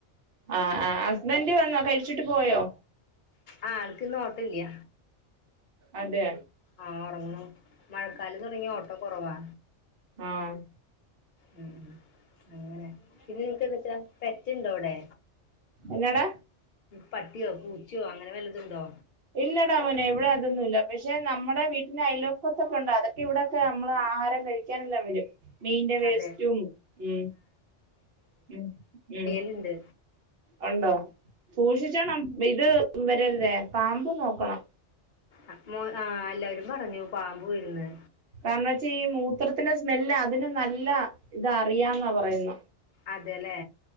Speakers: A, on the right; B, on the left.
A: ആഹ് ആഹ് ഹസ്ബൻഡ് വന്നോ കഴിച്ചിട്ട് പോയോ.
B: ആഹ് ആൾക്ക് ഇന്ന് ഓട്ടല്ല്യ.
A: അതെ
B: ആഹ് ഒറങ്ങ്ണു. മഴക്കാലം തുടങ്ങിയാ ഓട്ടോ കൊറവാ.
A: ആഹ്
B: ഉം ഉം. അങ്ങനെ പിന്നെ നിനക്ക് എന്തച്ചാ പെറ്റുണ്ടോ അവിടെ
A: എന്നാടാ
B: പട്ട്യാേ പൂച്യാെ അങ്ങനെ വല്ലതുണ്ടോ
A: ഇല്ലടാമോനെ. ഇവിടെ അതൊന്നും ഇല്ല. പക്ഷെ നമ്മടെ വീട്ടിന്റെ അയലോക്കത്തൊക്കെ ഉണ്ട് അതൊക്കെ ഇവിട ഒക്കെ നമ്മള് ആഹാരം കഴിക്കും. ക്കാനെല്ലാം വരും. മീന്റെ വേസ്റ്റും
B: അതെ
A: ഉം ഉം ഉം
B: ഇണ്ട്.
A: ഉണ്ടോ. സൂക്ഷിച്ചണം ഇത് വരരുതേ പാമ്പ് നോക്കണം.
B: അഹ് മോ ആ എല്ലാരും പറഞ്ഞു പാമ്പ് വരും ന്ന്
A: കാര്ണം വെച്ചാ ഈ മൂത്രത്തിന്റെ സ്മെല്ല് അതിന് നല്ല ഇത അറിയാന്നാ പറയുന്നെ
B: അതെ ലെ